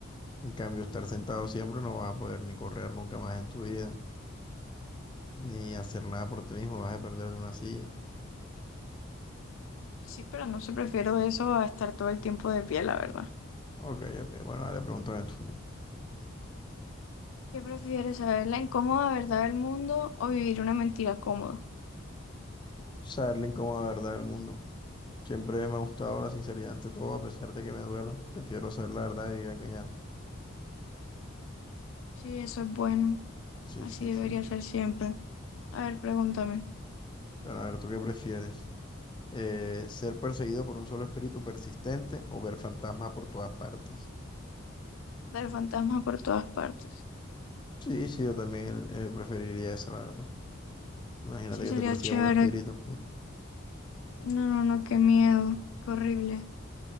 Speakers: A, on the left; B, on the left.
A: En cambio, estar sentado siempre no vas a poder ni correr nunca más en tu vida, ni hacer nada por ti mismo, vas a depender de una silla.
B: Sí, pero no sé, prefiero eso a estar todo el tiempo de pie, la verdad.
A: Ok, ok. Bueno, dale, pregúntame tú.
B: ¿Qué prefieres, saber la incómoda verdad del mundo o vivir una mentira cómoda?
A: Saber la incómoda verdad del mundo. Siempre me ha gustado la sinceridad ante todo, a pesar de que me duela. Prefiero saber la verdad y vivir engañado.
B: Sí, eso es bueno,
A: Sí,
B: así
A: sí, sí.
B: debería ser siempre. A ver, pregúntame.
A: Bueno, a ver, ¿tú qué prefieres? Eh, ¿ser perseguido por un solo espíritu persistente o ver fantasmas por todas partes?
B: Ver fantasmas por todas partes.
A: Sí, sí, yo también eh, preferiría eso, la verdad. Imagínate
B: Sí,
A: que
B: sería
A: te persiga
B: chévere.
A: un espíritu. Mm,
B: No, no, no, qué miedo, qué horrible.